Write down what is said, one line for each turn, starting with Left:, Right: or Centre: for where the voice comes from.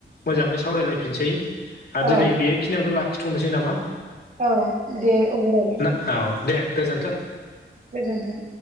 Left: मोजाङै सावरायलायफिनसै ओ
Right: औ
Left: दिनै बेखिनियावनो लाखिथ'नोसै नामा।
Right: औ दे अब्लालाय।
Left: <unintelligible> औ दे गोजोन्थों।
Right: गोजोन्थों।